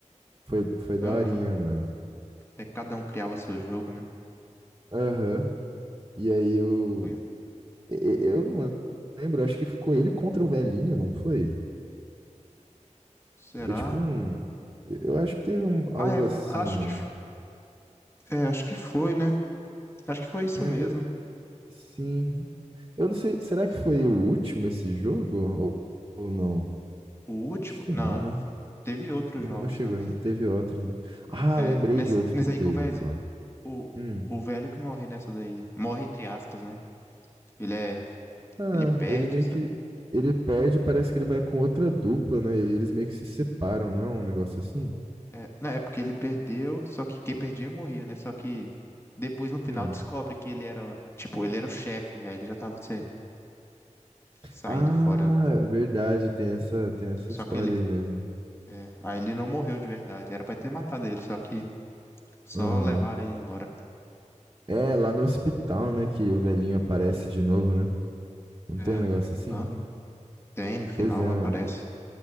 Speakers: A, on the right; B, on the left.
A: Foi, foi daorinha,
B: Aham.
A: mano.
B: É que cada um criava seu jogo, né?
A: Aham. E aí eu...
B: Foi.
A: e- e- Eu não lembro, acho que ficou ele contra o velhinho, não foi?
B: Será?
A: Foi tipo um... Eu acho que teve um- algo
B: Ah, é,
A: assim,
B: acho
A: mano.
B: que, é, acho que foi, né? Acho que foi isso
A: É,
B: mesmo.
A: sim. Eu não sei, será que foi o último esse jogo? Ou, ou não?
B: O último?
A: Acho que
B: Não,
A: não,
B: não
A: né?
B: foi. Teve outros
A: Não,
B: jogos
A: não chegou.
B: também.
A: a ser- Teve outros, né? Ah,
B: É,
A: lembrei
B: nessa,
A: de outro
B: nessa
A: que teve,
B: aí que o velho,
A: pô.
B: o,
A: Hum.
B: o velho que morre nessa daí. Morre entre aspas, né? Ele é,
A: Ah,
B: ele perde,
A: ele meio que. Ele pede, parece que ele vai com outra dupla, né? Eles meio que se separam, não é um negócio assim?
B: É, não, é porque ele perdeu, só que quem perdia morria, né? Só que depois no final
A: Hum.
B: descobre que ele era, tipo, ele era o chefe, aí ele já tava se- saindo
A: Ah,
B: fora, né?
A: verdade, tem essa, tem essa
B: Só
A: história
B: que ele,
A: aí mesmo.
B: é, aí ele não morreu de verdade, era pra ter matado ele, só que só
A: Aham.
B: levaram ele embora.
A: É, lá no hospital, né, que o velhinho aparece de novo, né? Não
B: É,
A: tem um negócio assim?
B: aham. Tem, no final
A: Pois é,
B: aparece.
A: mano.